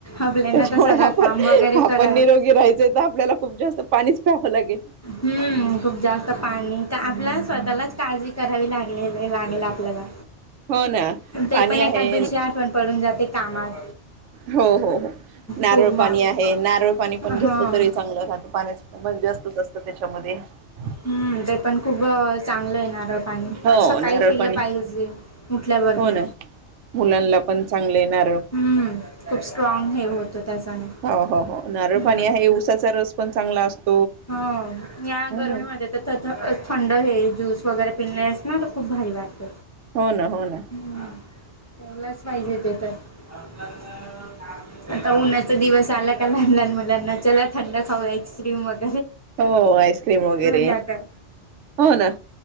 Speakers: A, on the left; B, on the right.
A: आपल्याला
B: त्याच्यामुळे
A: तर सगळं
B: आपण
A: काम वगैरे
B: आपण
A: करावं
B: निरोगी राहायचे आपल्याला खूप जास्त पाणी पस प हो लागे
A: हम्म खूप जास्त पाणी तर आपल्या स्वतःलाच काळजी करावी लागले लागेल आपल्याला
B: हो ना
A: ते
B: पाणी
A: पण
B: आहे
A: एका दिवशी आठवण पडून जाते. कामात
B: हो हो हो नारळ
A: खूप मग
B: पाणी आहे नारळ पाणी पण
A: हं
B: घेतलं तरी चांगलं खातं पाण्याच मग जास्त असतं त्याच्यामध्ये ते
A: हम्म ते पण खूप चांगलं आहे. नारळ पाणी
B: हो
A: सकाळी
B: नारळ
A: पिले
B: पाणी
A: पाहिजे. उठल्याबरोबर
B: हो ना मुलांना पण चांगले येणार
A: हम्म खूप स्ट्रॉंग हे होतं त्याच्याने
B: हो नारळ
A: हम्म
B: पाणी आहे उसाचा र पण चांगला असतो.
A: हो या
B: ह
A: गर्मीमध्ये थ थ थंड हे. ज्यूस वगैरे पिनलेस ना त खूप भारी वाटत.
B: हो ना हो ना
A: हा, प्यायलाच पाहिजे ते तर. <unintelligible> आता उन्हाचा दिवस आला लहान लहान मुलांना चला थंड खाऊ आस्क्रीम वगे
B: हो आईस्क्रीम वगैरे,
A: जातं
B: हो ना,